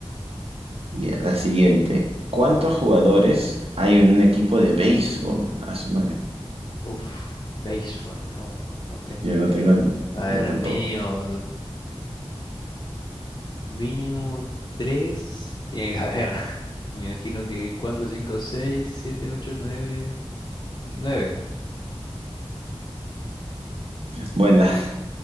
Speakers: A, on the right; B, on the left.
A: Y la siguiente. ¿Cuántos jugadores hay en un equipo de béisbol? A su madre.
B: Uf, béisbol, no, no, no tengo
A: Yo
B: idea.
A: no tengo,
B: A
A: yo
B: ver,
A: tampoco.
B: mínimo Mínimo tres tiene que haber. <laughs> Y Me imagino que cuatro, cinco, seis, siete, ocho, nueve, nueve.
A: buena